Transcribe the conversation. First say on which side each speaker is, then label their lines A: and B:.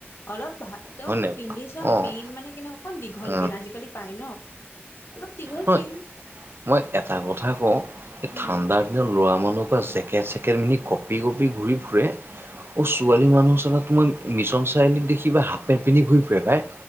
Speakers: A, on the left; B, on the right.
A: অলপ ভাল ত
B: হয় নাই
A: পিন্ধি চব
B: অ',
A: পিন্ধ মানে কেনেকুৱা, অকণ দীঘল
B: উম,
A: পিন আজিকালি পায় ন, অলপ দীঘল
B: হই,
A: পিন
B: মই এটা কথা কওঁ এই
A: উম
B: ঠাণ্ডাৰ এ ল'ৰা মানুহ বা পৰা জেকেট চেকেট মেলি কঁপি কপি ঘূৰি ফুৰে, অ ছোৱালী মানুহ চালা তোমাৰ মিছন চাৰিআলিত দেখিবা হাফ পেন্ট পিন্ধি ঘূৰি ফুৰে ভাই,